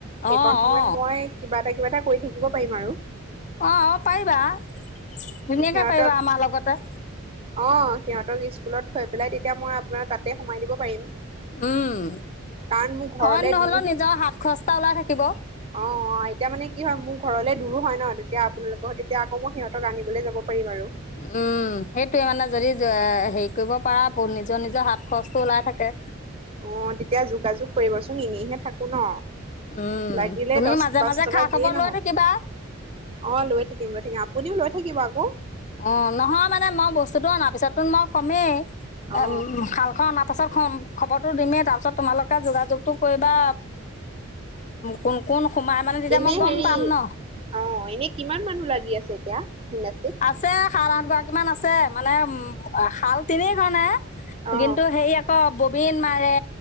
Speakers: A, on the right (about 30°); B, on the left (about 35°).
A: সেইকন
B: অ
A: সময়ত
B: অ
A: মই কিবা এটা কিবা এটা কৰি। শিকিব পাৰিম আৰু।
B: অ -অ পবা ধুনীয়াকে
A: সিহঁতক
B: পাৰিবা আমাৰ লগতে।
A: অ সিহঁতক স্কুলত থৈ পেলাই তেতিয়া মই আপোনাৰ তাতে সোমাই দিব পাৰিম
B: উম
A: কাৰণ মোৰ ঘৰলে
B: অই নহ'লেও
A: দূৰ
B: নিজৰ হাত খচৰ খৰচ এটা ওলাই থাকিব
A: অ' অ' এতিয়া মানে কি হয় মোৰ ঘৰলে দূৰো হয় ন তেতিয়া আপোনালোকৰ তেতিয়া আকৌ মই সিহঁতক আনিবলৈ যাব। পাৰিম আৰু
B: উম সেইটোয়ে মানে। যদি হেৰি কৰিব পাৰা নিজৰ নিজৰ হাত খৰচটো ওলাই থাকে।
A: অ' তেতিয়া যোগাযোগ কৰিবচোন এনেইহে থাকো ন।
B: উম
A: লাগিলে
B: তুমি
A: দহ
B: মাজে
A: পাঁচ
B: মাজে
A: টকা
B: খা
A: দিয়ে
B: খবৰ
A: নহক
B: লৈ থাকিবা
A: অ লৈ থাকিম লৈ থাকিম আপুনিও লৈ থাকি। থাকিবা আকৌ।
B: অ' নহয় মানে মই বস্তুতটো অনাৰ পিছততো মই কমেই।
A: অ
B: উম শাল খন অনাৰ পাছত খম খবৰটো দিমেই তাৰপিছত তোমালোকে যোগাযোগতটো কৰিবা। কোন কোন সোমাই মানে তেতিয়া
A: এনে
B: মই গম
A: হেৰি
B: পাম ন
A: অ এনে কিমান মানুহ লাগি আছে এতিয়া। ভনছে <unintelligible>
B: আছে সাত আঠগৰাকৰাকীমান আছে মানে শাল তিনিইখন নে।
A: অ
B: কিন্তু সেই আকৌ। বিন মাৰে